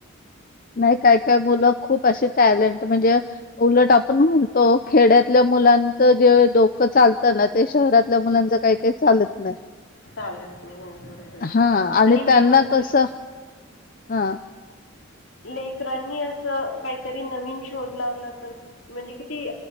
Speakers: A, on the left (about 40°); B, on the left (about 75°).
A: नाही काय काय मुलं खूप अशी टॅलेंट म्हणजे उलट आपण म्हणतो खेड्यातल्या मुलांचं जे डोकं चालतं ना ते शहरातल्या मुलांच काही काही चालत नाही.
B: चालत नाही हो बरोबर आहे
A: हा आणि
B: मेन
A: त्यांना
B: म्हणजे
A: कसं हा
B: लेकरांनी असं काहीतरी नवीन शोध लावला तर, म्हणजे किती